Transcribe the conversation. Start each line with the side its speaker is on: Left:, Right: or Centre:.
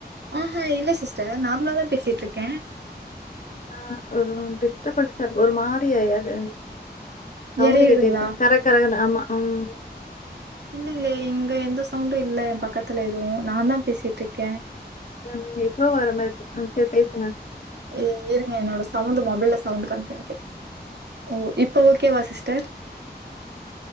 Right: ஆஹா இல்ல சிஸ்ட நார்மலா தா பேசிட்ருக்கே
Left: ஆ ஒரு டிஷ்டபன்சார் ஒரு மாரியா யாரு சவுண்டு
Right: எறையுதுங்களா
Left: கேட்டே இருக்குத் கர கரனு ஆமா அம்
Right: இல்லைங்களே இங்க எந்த சவுண்டு இல்ல ஏ பக்கத்துல எதுவு நாந்தா பேசிட்ருக்கே
Left: நன் ஏதோ வர மாறிருக் ஆ செரி பேசுங்க
Right: இ இருங்க என்னோட சவுண்டு மொபைல்ல சவுண்ட் கம்மி பண்ணிக்றே ஓ இப்போ ஓகேவா சிஸ்டர்